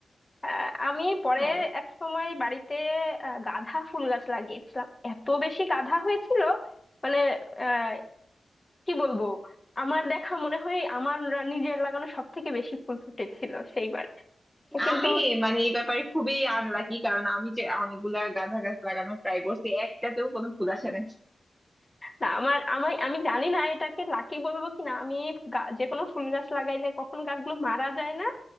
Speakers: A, on the left; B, in the centre.
A: আহ, আমি পরে
B: হ্যাঁ
A: এক সময় বাড়িতে আহ, গাঁদা ফুল গাছ লাগিয়েছিলাম এত বেশি গাঁদা হয়েছিল মানে আহ, কি বলবো আমার দেখা মনে হয় আমার নিজের লাগানো সব থেকে বেশি ফুল ফুটেছিল সেইবার কিন্তু
B: আমি মানে এই ব্যাপারে খুবই আনলাকি কারণ আমি যে অনেকগুলা গাঁদা গাছ লাগানোর ট্রাই করছি একটাতেও কোনো ফুল আসে না
A: না আমার আমি আমি জানি না এটাকে লাকি বলবো কিনা আমি গা- যে কোনো ফুল গাছ লাগাইলে কখনো গাছগুলো মারা যায় না